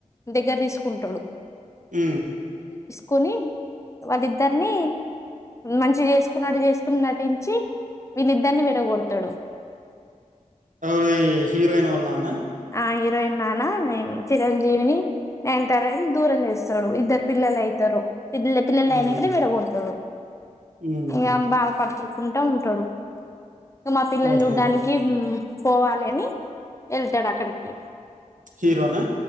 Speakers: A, on the left (about 20°); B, on the right (about 75°).
A: దగ్గర తీసుకుంటాడు
B: అ
A: కొని వాళ్ళిద్దరిని మంచిగా చేసుకున్నటు చేసుకుని నటించి వీళ్ళిద్దరిని విడ కొడతాడు
B: రు హీరోయిన్ వర్లంగ్నా
A: ఆ హీరోయిన్ నాన్నే చిరంజీవిని నేను తర దూరం చేస్తాడు ఇద్దరు పిల్లలు అవుతారు పిల్లల పిల్లలు
B: హ్మ్.
A: అయినాకడ విడ కొడతాడు
B: హ్మ్.
A: ఇంకా బాధ పడుతుడు ఉంటా ఉంటాడు మా పిల్లని
B: ఓకే.
A: చూడ్డానికి పోవాలి అని వెళ్ తడా కడకి
B: హీరోనా